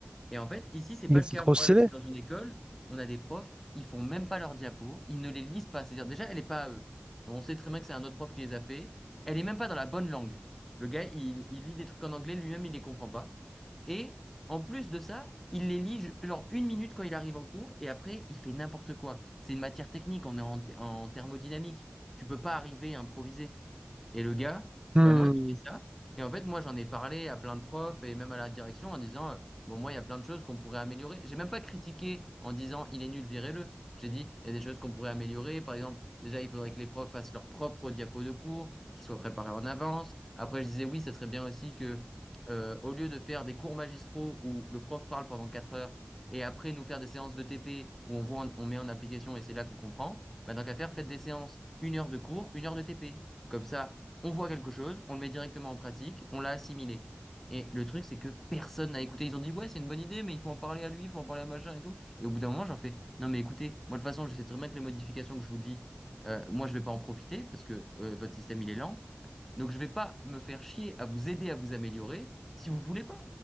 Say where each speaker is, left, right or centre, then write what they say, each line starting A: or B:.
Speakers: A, in the centre; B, on the right.
A: Et en fait, ici, c'est pas
B: Mais
A: le
B: c'est
A: cas.
B: trop stylé.
A: Moi, là, je suis dans une école, on a des profs, ils font même pas leurs diapos, ils ne les lisent pas. C'est-à-dire, déjà, elle est pas à eux. On sait très bien que c'est un autre prof qui les a fait. Elle est même pas dans la bonne langue. Le gars, il, il lit des trucs en anglais, lui-même, il les comprend pas. Et en plus de ça, il les lit ju- genre une minute quand il arrive en cours, et après, il fait n'importe quoi. C'est une matière technique, on est en, th- en thermodynamique. Tu peux pas arriver à improviser. Et le gars,
B: Hmm.
A: vraiment, il fait ça. Et en fait, moi, j'en ai parlé à plein de profs et même à la direction en disant. euh, Bon, moi, il y a plein de choses qu'on pourrait améliorer. J'ai même pas critiqué en disant il est nul, virez-le. J'ai dit il y a des choses qu'on pourrait améliorer. Par exemple, déjà, il faudrait que les profs fassent leur propre diapo de cours, qu'ils soient préparés en avance. Après, je disais oui, ça serait bien aussi que, euh, au lieu de faire des cours magistraux où le prof parle pendant 4 heures et après nous faire des séances de TP où on voit, on met en application et c'est là qu'on comprend, bah, tant qu'à faire, faites des séances, une heure de cours, une heure de TP. Comme ça, on voit quelque chose, on le met directement en pratique, on l'a assimilé. Et le truc, c'est que personne n'a écouté. Ils ont dit, ouais, c'est une bonne idée, mais il faut en parler à lui, il faut en parler à machin et tout. Et au bout d'un moment, j'en fais, non, mais écoutez, moi, de toute façon, je sais très bien que les modifications que je vous dis, euh, moi, je vais pas en profiter parce que euh, votre système, il est lent. Donc, je vais pas me faire chier à vous aider à vous améliorer si vous voulez pas.